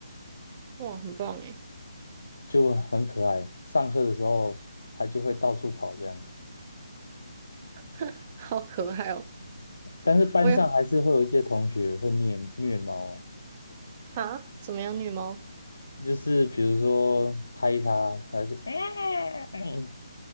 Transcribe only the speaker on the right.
哇，很棒诶，
<laughs> 好可爱哦！
我也哈，怎么样，虐猫？